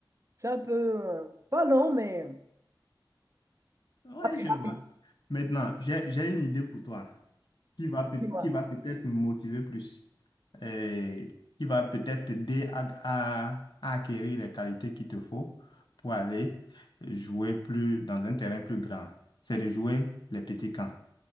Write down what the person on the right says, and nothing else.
je suis un peu, euh, pas lent, mais
pas très
rapide,
dis-moi.